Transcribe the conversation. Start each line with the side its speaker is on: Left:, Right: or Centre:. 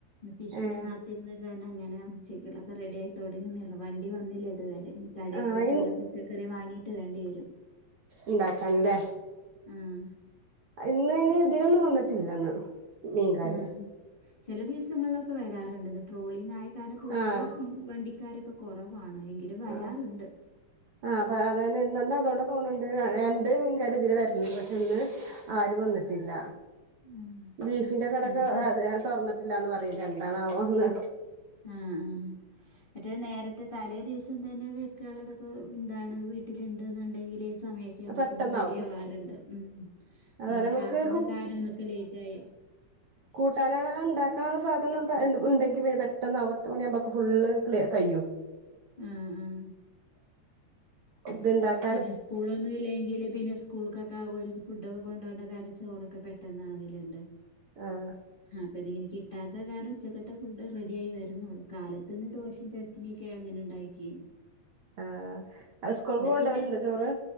Left: ഫിഷിനെ
Right: ഏഹ്
Left: കാത്തിരുന്നകാരണം അങ്ങനെ ഉച്ചക്കോളതൊക്കെ റെഡി ആയി തുടങ്ങുന്നഉള്ളു വണ്ടി വന്നില്ല ഇതുവരെ കടെ
Right: ആഹ്
Left: പോയിട്ട് വല്ല പച്ചക്കറി വാങ്ങീട്ട് വരേണ്ടി വരും
Right: ഉണ്ടാക്കാൻ ല്ലേ
Left: ആഹ്
Right: ഇന്ന് അതിന് ഇതിലൊന്നും വന്നിട്ടില്ലന്ന് മീൻകാര്
Left: ആ ചില ദിവസങ്ങളിലൊക്കെ വരാറുണ്ട്ന്ന് ട്രോളിംഗ് ആയകാരണം പൊതുവേ
Right: ആഹ്
Left: വണ്ടി ക്കാരൊക്കെ കൊറവാണ് എങ്കിലും വരാറുണ്ട്
Right: ആഹ് ആഹ് അപ്പൊ അതന്നെ ഇന്ന് എന്നാ അതോണ്ടന്ന് തോന്നുന്നുണ്ട് രണ്ട് മീൻകാര് ഇതിലെ വരലല്ണ്ട് പക്ഷെ ഇന്ന് ആരും വന്നിട്ടില്ല
Left: ആ
Right: ബീഫിന്റെ കടക്കെ
Left: നമുക്ക്
Right: തുറന്നിട്ടില്ലാന്ന് പറയല് എന്താണാവോ ഇന്ന്
Left: ആഹ് ആഹ് മറ്റേ നേരത്തെ തലേ ദിവസം തന്നെ വെക്കാനൊള്ളത് ഒക്കെ എന്താണ് വീട്ടിലുണ്ട എന്നുണ്ടെങ്കില് സ് സമയയൊക്കെ ആകുമ്പത്തെന്
Right: പെട്ടെന്നാവും
Left: റെഡി ആവാറുണ്ട് ഉം
Right: അതുപോലെ
Left: മീൻ
Right: നമുക്ക്
Left: കത്തുനിന്നകാ രണമം ഇന്ന് ഇപ്പൊ ലേറ്റ് ആയെ
Right: കൂട്ടാനങ്ങാണം ഉണ്ടാക്കാനുള്ള സാധനം ഉണ്ട ഉണ്ടെങ്കിൽ പെട്ടെന്ന് അവ പത്ത് മണിയാമ്പളേക്ക് ഫുള് കഴിയും
Left: ഉം ഉം
Right: ഇത്ണ്ടാക്ക്
Left: പിന്നെ സ്കൂളൊന്നും ഇല്ലെങ്കില് പിന്നെ സ്കൂൾക്കൊക്കെ ഒര് ഫുഡൊക്കെ കൊണ്ട പോവണ്ടാ കാരണം ചോറൊക്കെ പെട്ടെന്ന് ആവലുണ്ട്
Right: ആഹ്
Left: അപ്പ ഇതിങ്ങനെ കിട്ടാത്ത കാരണം ഉച്ചക്കത്തെ ഫുഡ് റെഡിയായി വരുന്നുള്ളൂ കാലത്ത് പിന്നെ ദോശയും ചട് ഇനിയൊക്കെ അങ്ങനെ ഉണ്ടായി‌ക്കി യും
Right: ആഹ് അത് സ്കൂൾക്ക് കൊണ്ടു
Left: പിന്നെ
Right: പോലുണ്ടോ ചോറ്